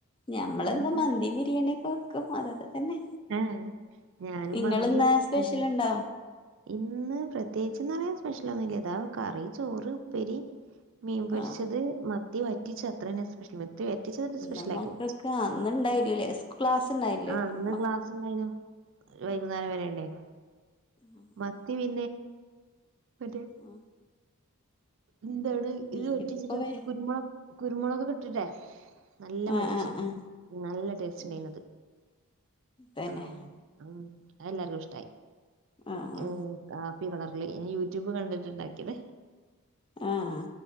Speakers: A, on the left; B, on the right.
A: ഞമ്മളെന്താ
B: ഞാൻ
A: മന്തി ബിരിയാണിയക്കെ വക്കും അതൊക്കെ തന്നെ
B: ഏഹ് ഞാനും
A: ഇങ്ങൾ
B: മന്തി
A: ഇന്നാ
B: വെച്ചിരുന്നു
A: സ്പെഷ്യൽ ണ്ടോ
B: ഇന്ന് പ്രത്യേകിച്ച്ന്ന്റയാൻ സ്പെഷ്യല ഒന്നുല്ല ഇതാ കറി ചോറ് ഉപ്പേരി മീൻ പൊടിച്ചത്
A: ആഹ്
B: മത്തി വറ്റിച്ച അത്രെ സ്പെഷ്യൽ ത്തി പറ്റിച്ചതൊരു
A: ഇന്ന്
B: സ്പെഷ്യലാക്കി
A: മക്കൾക്ക്
B: വച്ച
A: ആഹ് ഇന്നുണ്ടായില്ലല്ലേ ക്ലാസ് ഉണ്ടായില്ലേ
B: ആ ന്ന്
A: മ
B: ക്ലാസ്സ്ണ്ടയ്ന്യൂ വൈകുന്നേരം
A: ഉം
B: വരെ ഉണ്ടായിരുന്നു
A: ആഹ്
B: മത്തി
A: ആഹ്
B: പിന്നെ മറ്റേ
A: ആഹ്
B: എന്താണ്
A: മീനിപ്പോ
B: ഇത് പെറ്റച്ചിട്ട്
A: വേ
B: കുരുമുള കുരുമുളൊക്കെ ഇട്ടിട്ടേ നല്ല
A: ആഹ്
B: പറ്റച്ചു
A: ആഹ്
B: നല്ല ടേസ്റ്റ്
A: ആഹ്
B: ഉണ്ടായിന്യൂ അത്
A: തന്നെ
B: ആഹ ഉം അഹ് എല്ലർും ഇഷ്ടായി
A: ആഹ്
B: ഏ ക പ്പി കളറില് ഇനി യൂട്യൂബ് കണ്ടിട്ടുണ്ടാക്കിയത്
A: ആഹ്